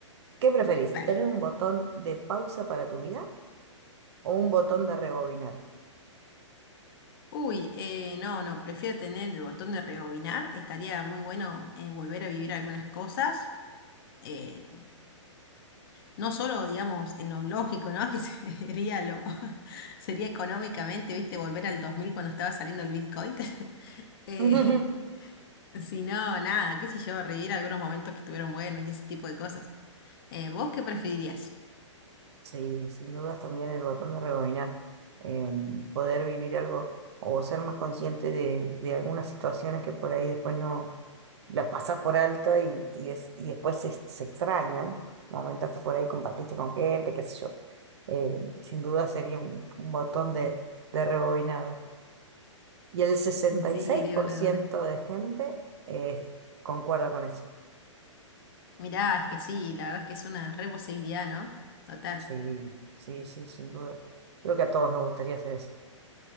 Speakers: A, on the right; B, on the left.
A: ¿Qué preferís?
B: Dale.
A: ¿Tener un botón de pausa para tu vida o un botón de rebobinar?
B: Uy, eh, no, no, prefiero tener el botón de rebobinar. Estaría muy bueno eh, volver a vivir algunas cosas. eh, no solo, digamos, en lo lógico, ¿no? <laughs> Que sería lo, <laughs> sería económicamente, viste, volver al 2000 cuando estaba saliendo el Bitcoin. <laughs> eh,
A: <laughs>
B: <laughs> si no, nada, qué sé yo, revivir algunos momentos que estuvieron buenos y ese tipo de cosas. Eh, ¿vos qué preferirías?
A: Sí, sin dudas también el botón de rebobinar, eh, poder vivir algo o ser más consciente de, de algunas situaciones que por ahí después no las pasas por alto y, y, es, y después se, se extrañan, momentos que por ahí compartiste con gente, qué sé yo. Eh, sin duda sería un, un botón de, de rebobinado. Y el sesenta y
B: Sí,
A: seis
B: de
A: por
B: una,
A: ciento
B: de una.
A: de gente eh, concuerda con eso.
B: Mirá, es que sí, la verdad es que es una re posibilidad, ¿no? Total.
A: Sí, sí, sí, sin duda. Creo que a todos nos gustaría hacer eso.